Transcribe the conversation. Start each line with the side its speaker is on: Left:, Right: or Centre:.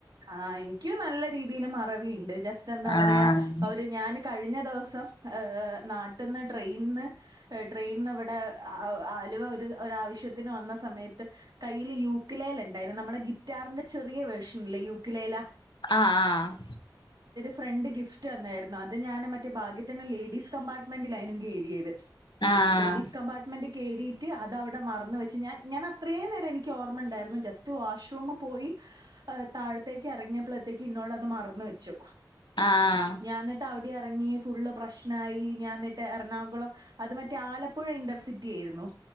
Right: ആ എനിക്കും നല്ല രീതിയില് മറവി ഇണ്ട് ജസ്റ്റെന്താ
Left: ആഹ്
Right: പറയാ അവരെ ഞാനെ കഴിഞ്ഞ ദിവസം ഏ നാട്ടിന്നെ ട്രെയിന്ന് ഏ ട്രെയിനിവിടെ ആലുവ ഒരു ഒരാവശ്യത്തിന് വന്ന സമയത്ത് കയ്യിലെ യൂക്കിലേൽ ഇ ണ്ടായിരുന്നു നമ്മടെ ഗിറ്റാറിന്റെ ചെറിയ വേർഷൻ യുക്കിലേലാ
Left: ആ ആ
Right: ഫ്രണ്ട് ഗിഫ്റ്റ് തന്നായിരുന്നു അത് ഞാനെ മറ്റേ ഭാഗ്യത്തിന് ലേഡീസ് കമ്പാർട്ട്മെന്റിലായി കേറിയത്
Left: ആഹ്
Right: ലേഡീസ് കംമ്പാട്ട്മെന്റി കേറീട്ടെ അതവിടെ മറന്ന് വെച്ചു ഞാൻ ഞാൻ അത്രേം നേരം എനിക്ക് ഓർമ്മണ്ടാരുന്നു ജസ്റ്റ് വാഷ് റൂമു പോയി ഏ താഴത്തേക്കിറങ്ങിയപ്പളത്തേക്ക് ഇന്നോട് അത് മറന്ന് വെച്ചു
Left: ആഹ്
Right: ഞാൻ എന്നിട്ടവിടെയ ഇറങ്ങി ഫുള്ള് പ്രശ്നായി ഞാ എന്നിട്ട് എറണാകുളം അത് മറ്റേ ആലപ്പുഴ ഇന്റർസിറ്റിയേരുന്നു